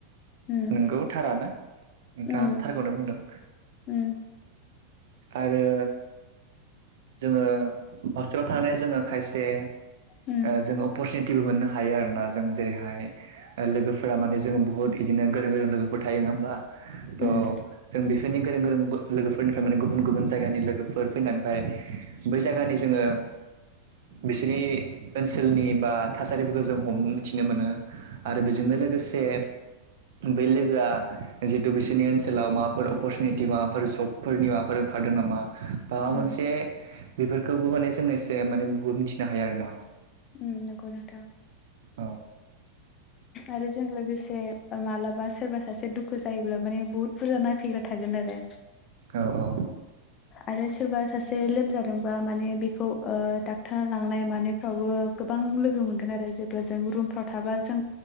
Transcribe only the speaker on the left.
उम
उम
उम
उम
उम
उम
उम
नंगौ नोंथां
आरो जों लोगोसे मा्लाबा सोरबा सासे दुखु जायोब्ला माने बुहुत बुरजा नायफैग्रा थागोन आरो।
आरो सोरबा सासे लोमजादोंबा माने बे बे डाक्टर लांनाय मानायफ्रावबो गोबां लोगो मोनगोन आरो जेब्ला जों रूमफोराव थाबा जों